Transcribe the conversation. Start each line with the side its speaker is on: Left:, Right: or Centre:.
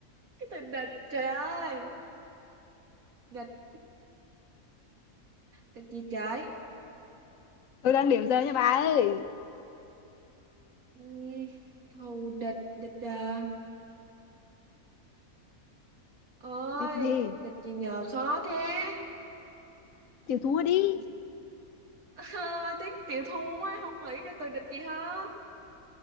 Right: cái từ địch trời ơi địch địch gì trời
Left: tôi đang điểm giờ nha bà ơi
Right: Ừm, thù địch địch ờ, ơi
Left: địch gì
Right: địch gì nhờ khó thế <laughs>
Left: chịu thua đi
Right: Địch- Ơi, tiếc chịu thua á, không nghĩ ra từ địch gì hết.